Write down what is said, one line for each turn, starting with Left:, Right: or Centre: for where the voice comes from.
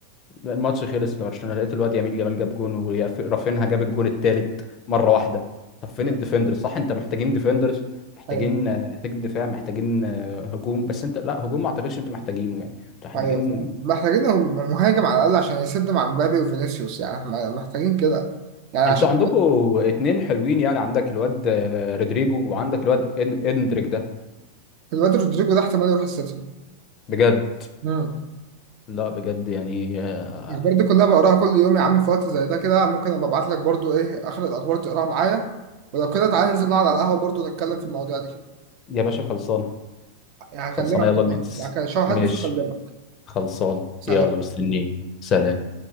Left: الماتش خلص لبرشلونة لقيت الواد يمين جمال جاب جون ورافينها جاب الجون التالت مرة واحدة طب فين
Right: ايوه
Left: الديفندرز صح أنت محتاجين ديفندرز محتاجين
Right: ايوه
Left: آه، محتاج دفاع محتاجين آه، هجوم بس أنت لا هجوم ما أعتقدش أنتوا محتاجينه يعني أنتوا محتاجين
Right: ايوه فاهم محتاجين مهاجم على الأقل عشان يسد مع مبابي وفينيسيوس يعني احنا محتاجين كده يعني عشان
Left: انتوا عندكم اتنين حلوين يعني عندك الواد آه، رودريجو وعندك الواد إن... اندريك ده
Right: الواد رودريجو ده احتمال يروح السيتي
Left: بجد
Right: مم.
Left: لا بجد يعني آه،
Right: الأخبار دي كلها بقراها كل يوم يا عم في وقت زي ده كده ممكن أبقى أبعت لك برضو إيه آخر الأخبار تقراها معايا ولو كده تعالى ننزل نقعد على القهوة برضو نتكلم في المواضيع دي
Left: يا باشا خلصانه
Right: يعني
Left: خلصانه
Right: هكلمك
Left: يلا ننس
Right: دلوقتي يعني
Left: ماشي
Right: هلبس وأكلمك
Left: خلصان
Right: سلام
Left: يلا مستنيك سلام